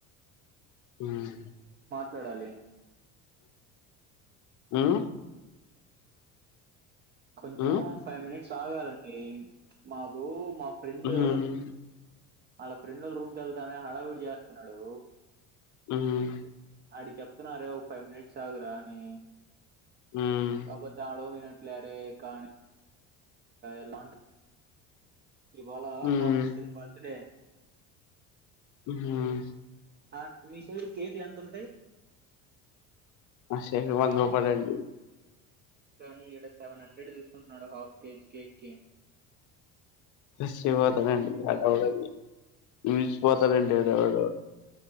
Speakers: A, on the left; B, on the right.
A: <unintelligible>
B: చూడాలి
A: ఉమ్
B: కొంచెం
A: హ్మ్.
B: ఫైవ్ మినిట్స్ ఆగాలండి మాకు మా ఫ్రెండు
A: హ్మ్.
B: వాళ్ళ ఫ్రెండ్ రూమ్ క వెళ్తాన హడావిడి చేస్తున్నాడు
A: ఉమ్
B: అడి చెప్తున్నారే ఒక ఫైవ్ మినిట్స్ ఆగురా అని
A: హ్మ్.
B: కాకపోతే ఆడ వినట్ లరే కానీ ఎలా ఇవాళ
A: హ్మ్.
B: మా ఫ్రెండ్ బర్త్డే
A: హ
B: ఆ మీ సైడ్ కేక్లు ఎంత ఉంటాయి.
A: <unintelligible>
B: కానీ ఈక్కడ సెవెన్ హండ్రెడ్ తీసుకుంటున్నాడు హాఫ్ కేజీ కేక్ కి
A: <inaudible>